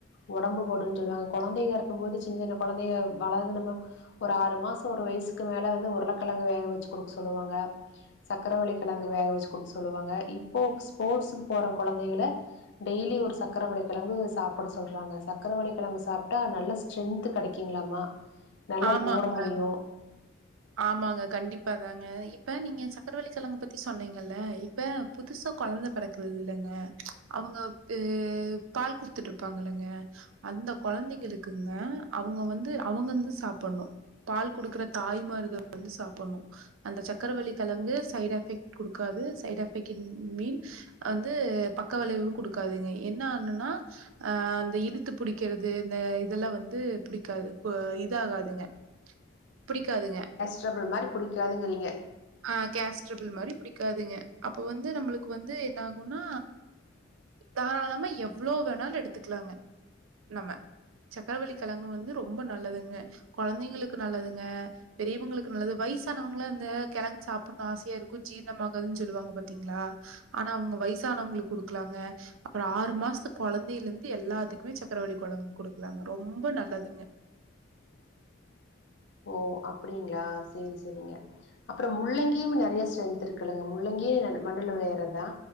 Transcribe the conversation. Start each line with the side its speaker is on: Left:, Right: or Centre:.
Left: உடம்பு போடுன்னு சொல்லுவாங்க கொழந்தைங்க இருக்கு போது சின்ன சின்ன கொழந்தைங்க வளந்து நம்ம ஒரு ஆறு மாசோ ஒரு வயசு க்கு மேலே வந்து உருளக்கிலங்கு வேக வெச்சு குடுக் சொல்லுவாங்க சக்கரவள்ளி கெலங்கு வேக வெச்சு குடுக்க சொல்லுவாங்க இப்போ ஸ்போர்ட்ஸ்க்கு போற கொழந்தைகள டெய்லி ஒரு சக்கரவள்ளி கெலங்கு சாப்ட சொல்றாங்க சக்கரவள்ளி கிழங்கு சாப்பிட்டா நல்ல ஸ்ட்ரென்த் கெடைக்குங்களாமா நல்லா
Right: ஆமாங்க
Left: ஓட முடியு
Right: ஆமாங்க கண்டிப்பாதாங்க இப்ப நீங்க சக்கரவள்ளிகெலங்க பத்தி சொன்னீங்கல்ல இப்ப புதுசா கொழந்த பெறக்குது இல்லேங்க அவுங்க ஏ பால் குடுத்துட்டு இருப்பாங்கல்லங்க அந்த கொழந்தைங்களுக்குங்க அவுங்க வந்து அவுங்க வந்து சாப்புடணு பால் குடுக்குற தாய்மார் வந்து சாப்புட்ணு அந்த சக்கரவள்ளி கெழங்கு சைடு் எஃபெக்ட் குடுக்காது சைட் எஃபெக்ட் மீன் வந்து பக்க விளைவு கொடுக்காதுங்க என்ன ஆண்ணன்னா அஹ அந்த இழுத்து புடிக்கிறது இந்த இதெல்லாம் வந்து புடிக்காது ஒ இது ஆகாதுங்க புடிக்காதுங்க
Left: ட்ரபுள் மாரி புடிக்காதுங்றீங்க
Right: ஆ கேஸ்ட்ரபிள் மாரி பிடிக்காதுங்க அப்ப வந்து நம்மளுக்கு வந்து என்ன ஆகும்னா தாராளமா எவ்ளோ வேணாலு எடுத்துக்கலாங்க நம்ம சக்கரவள்ளி கெலங்கு வந்து ரொம்ப நல்லதுங்க கெழந்தைங்களுக்கு நல்லதுங்க பெரியவங்களுக்கு நல்லது வயசானவங்கள்ல அந்த கெலங்கு சாப்புனுன்னு ஆசையா இருக்கு ஜீரணமாகாதுன்னு சொல்லுவாங்க பாத்தீங்களா ஆனா அவுங்க வயசானவங்களுக்கு குடுக்கலாங்க அப்புறோ ஆறு மாசத்து கொழந்தையில இருந்து எல்லாத்துக்குமே சக்கரவள்ளி கொழ குடுக்கலாங்க ரொம்ப நல்லதுங்க
Left: ஓ அப்டிங்களா சேரி சேரிங்க அப்புறோ முள்ளங்கியும் நெறைய ஸ்ட்ரென்த் இருக்குல்லங்க முள்ளங்கி ந மண்ணல வெளையர்தா